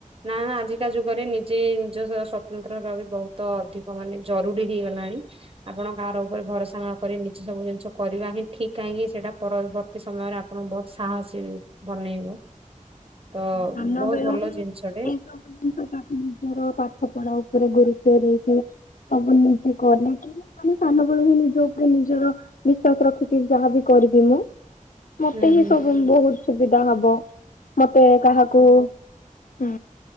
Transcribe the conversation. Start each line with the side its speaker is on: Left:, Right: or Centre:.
Right: ନା ଆଜିକା ଯୁଗରେ ନିଜେ ନିଜ ସ୍ବତନ୍ତ୍ର ଭାବେ ବହୁତ ଅଧିକ ମାନେ। ଜରୁରୀ ହେଇଗଲାଣି ଆପଣ ଗାଁ ର ଉପରେ ଭରସା ନ କରି। ସବୁ ଜିନିଷ କରିବା ହିଁ ଠିକ୍ କାହିଁକି ସେଇଟା ପରବର୍ତ୍ତୀ ସମୟରେ ଆପଣ ବହୁତ ସାହସି। ବନେଇବ ତ
Left: ସାନ
Right: ବହୁତ
Left: ବେଳୁ
Right: ଭଲ
Left: ହିଁ ଏଇ
Right: ଜିନିଷଟେ।
Left: ସବୁ ଜିନିଷ ତାକୁ ନିଜର ପାଠପଢା ଉପରେ ଗୁରୁତ୍ୱ ଦେଇକି ସବୁ ନିଜେ କରିକି। ଆମେ ସାନବେଳୁ ହିଁ ନିଜ ଉପରେ ନିଜର ବିଶ୍ଵାସ ରଖିକି ଯାହାବି କରିବି ମୁଁ। ମତେ
Right: ହୁଁ
Left: ହିଁ
Right: ହୁଁ
Left: ସବୁ ବହୁତ ସୁବିଧା ହବ। ମତେ କାହାକୁ ହୁଁ।